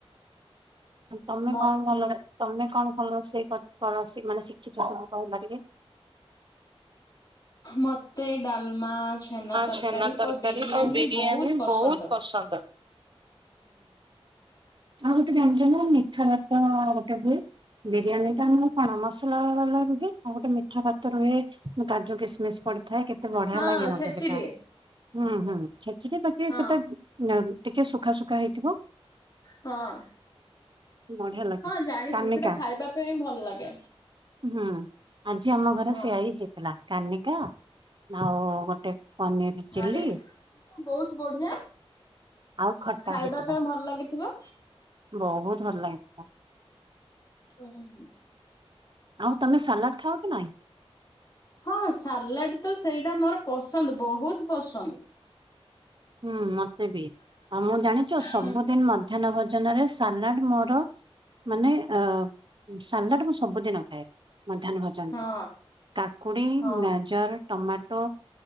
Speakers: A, on the right; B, on the left.
A: ତମେ
B: ମ
A: କଣ ଭଲରେ ତମେ କଣ ଭଲ ରୋଷେଇ କ କର ସି ମାନେ ଶିଖିଛ କହିଲ ଟିକେ।
B: ମତେ ଡାଲମା। ତରକାରୀ
A: ଛେନା ତରକାରୀ
B: ଓ ବିରିୟାନୀ
A: ଆ ବିରିୟାନୀ
B: ବହୁତ ପସନ୍ଦ।
A: ବହୁତ ପସନ୍ଦ। ଆଉ ଗୋଟେ ଜାଣିଛ ନା ମିଠା ଭାତ ଗୋଟେ ହୁଏ। ବିରିୟାନୀ ଟା ମୁ କଣ ମସଲା ବାଲା ରୁହେ ଆଉ ଗୋଟେ ମିଠା ଭାତ ରୁହେ। ମୁଁ କାଜୁ କିସମିସ୍ ପଡିଥାଏ କେତେ ବଢିଆ
B: ହଁ
A: ଲାଗେ ମତେ
B: ଖେଚିଡି
A: ସେଇଟା। ହୁଁ ହୁଁ ଖେଚେଡ଼ି ଟା ଟିକେ
B: ହଁ
A: ସେତେ ନା ଟିକେ ସୁଖା ସୁୁଖା ହେଇଥିବ।
B: ହଁ।
A: ବଢିଆ ଲାଗେ।
B: ହଁ ଜାଣିଛି
A: କାନିକା
B: ସେଇଟା ଖାଇବା ପାଇଁ ଭଲ ଲାଗେ।
A: ହୁଁ ଆଜି ଆମ ଘରେ
B: ହଁ
A: ସେଆଇ ହେଇଥିଲା କନିକା ଆଉ ଗୋଟେ। ପାନିଅରି ଚିଲ୍ଲି।
B: ଆରେ ତ ବହୁତ ବଢିଆ।
A: ଆଉ ଖଟା
B: ଖାଇବା
A: ହେଇଥିଲା
B: ପାଇଁ ଭଲ ଲାଗିଥିବ।
A: ବହୁତ ଭଲ ହେଇଥିଲା।
B: ହୁଁ।
A: ଆଉ ତମେ ସାଲାଡ ଖାଅ କି ନାଇଁ?
B: ହଁ ସାଲାଡ ତ ସେଇଟା ମୋର ପସନ୍ଦ ବହୁତ ପସନ୍ଦ ‌।
A: ହୁଁ ମତେ ବି ଆଉ ମୁଁ ଜାଣିଛ ସବୁଦିନ।
B: ହୁଁ।
A: ମଧ୍ୟାହ୍ନ ଭୋଜନ ରେ ସାଲାଡ ମୋର। ମାନେ ଅ ସାଲାଡ ମୁଁ ସବୁଦିନ ଖାଏ ମଧ୍ୟହ୍ନ ଭ
B: ହଁ
A: କାକୁଡି
B: ହଁ
A: ଗାଜର ଟମାଟୋ